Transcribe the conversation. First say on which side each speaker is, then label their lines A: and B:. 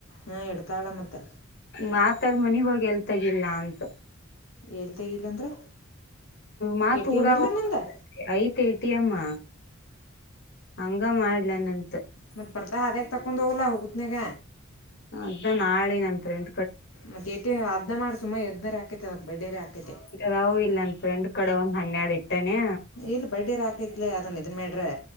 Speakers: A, on the left; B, on the left.
A: ಹಾ ಇಡತಾಳ ಮತ್ತ್.
B: ಮಾತಾದ ಮನೆ ಹೋಗಿ ಎಲ್ತಗಿಲ್ಲ ಅಂತಾ
A: ಎಲ್ಲಿ ತೆಗಿಲ್ಲ ಅಂದ್ರೆ
B: ಮಾತ್
A: ಎ ಟಿ
B: ಊರಾಗ
A: ಎಮ್ ಇಲ್ಲ ನಿಮ್ದೆ
B: ಐತ್ ಎ ಟಿ ಮ್ ಹಂಗ ಮಾಡ್ಲನ್ಂತ
A: ಮತ್ತತ್ ಬರ್ತಾ ಅದ್ಯಾಗ ತಕೊಂಡು ಹೋಗಲ್ಲ ಹೋಗುತ್ನಯಾಗ
B: ಅದಾ ನಾಳೆ ನಂತರ ಎಂ
A: ಮತ್ತೆ ಟ ಅದನ ಮಾಡಿ ಸುಮಾ ಎದ್ನಾರಾಕೈತೆ ಅದಕ್ ಬಡೇರಿ ಹಾಕೈತೆ
B: ನಾವು ಇಲ್ಲ ಅಂದಫ್ರಂಡ್ ಕಡೆ ಒಂದ್ ಹನ್ನೆರಡು ಇಟ್ಟೇನೆ
A: ಇಲ್ ಬಡ್ಡೇರ ಕೈತ್ ಅದನ್ ಇದನ್ ಮೇಡ್ರೆ